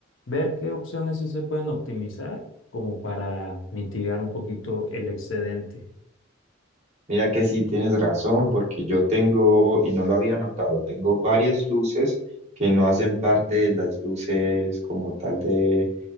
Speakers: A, on the left; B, on the right.
A: ver qué opciones sí se pueden optimizar como para mitigar un poquito el excedente.
B: Mira que sí tienes razón, porque yo tengo, y no lo había notado, tengo varias luces que no hacen parte de las luces como tal de,